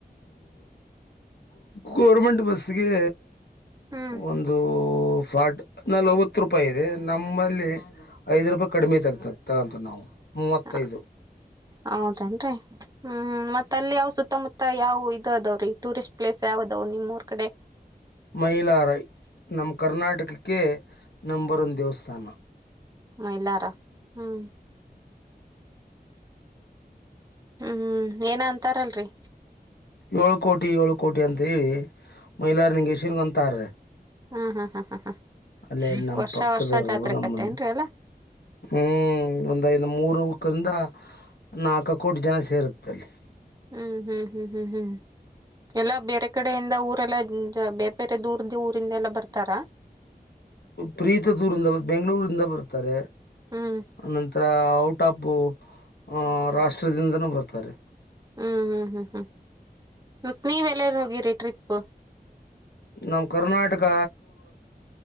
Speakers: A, on the left (about 80°); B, on the right (about 20°).
A: ಗೋವರ್ನಮೆಂಟ್ ಬಸ್ಗೆ
B: ಹ್ಮ್
A: ಒಂದು ಫಾಡಡ್ ನಲ್ವತ್ತು ರೂಪಾಯಿ ಇದೆ ನಮ್ಮಲ್ಲಿ ಐದ ರೂಪಾಯಿ ಕಡಿಮೆ ತ ಆಗ್ತ ತಗಂತು ನಾವು ಮೂವತ್ತೈದು
B: ಹ ಹೌದೇನ್ರಿ ಹ್ಮ್ ಮತ್ತ ಅಲ್ಲಿ ಯಾವ ಸುತ್ತಮುತ್ತ ಮತ್ತ ಯಾವವು ಇದದಾವ್ರೀ ಟೂರಿಸ್ಟ್ ಪ್ಲೇಸ್ ಯಾವದಾವ ನಿಮ್ಮ ಊರ್ ಕಡೆ
A: ಮೈಲಾರೈ ನಮ್ಮ ಕರ್ನಾಟಕಕ್ಕೆ ನಂಬರ್ ಒಂದು ದೇವಸ್ಥಾನ
B: ಮೈಲಾರ ರ ಹ್ಮ್ ಹ್ಮ್ಏನ ಅಂತಾರಲ್ರಿ
A: ಏಳು ಕೋಟಿ ಏಳು ಕೋಟಿ ಅಂತ ಹೇಳಿ ಮಹಿಲಾರ್ ನಿಂಗೆಸನ್ ಅಂತಾರ
B: ಹ್ಮ ಹಾ ಹಾ ಹಾ ಹಾ
A: ಅಲ್ಲೇ ನಮ್
B: ವರ್ಷ
A: ಪಕ್ಕದವರು
B: ವರ್ಷ ಜಾತ್ರೆಕತೆ
A: ನಮ್ಮನೆ
B: ಏನ್ರಿ ಅಲ್ಲಾ
A: ಹ್ಮ್ ಇಂದು ಮೂರು ಕಂದ ನಾಲ್ಕು ಕೋಟಿ ಜನ ಸೇರುತ್ತೆಲ್ಲಿ
B: ಹ್ಮ್ ಹ್ಮ್ ಹ್ಮ್ ಹ್ಮ್ ಹ್ಮ್ ಎಲ್ಲಾ ಬೇರೆ ಕಡೆಯಿಂದ ಊರೆಲ್ಲಾ ಬೇರೆ ಬೇರೆ ದೂರ್ದ ಊರಿಂದ ಎಲ್ಲ ಬರ್ತಾರ
A: ಪ್ರೀತ ದೂರ್ಂದ ಬೆಂಗಳೂರಿಂದ ಬರ್ತಾರೆ
B: ಹ್ಮ್
A: ಅನಂತರ ಔಟ್ ಅಫ್ ಆ ರಾಷ್ಟ್ರದಿಂದನೂ ಬರ್ತಾರೆ
B: ಹ್ಮ್ ಹ್ಮ್ ಹ್ಮ್ ಹ್ಮ್ ಮತ್ ನೀವಲ್ಲಾರ ಹೋಗಿರಿ ಟ್ರಿಪ್
A: ನಮ್ಮ ಕರ್ನಾಟಕ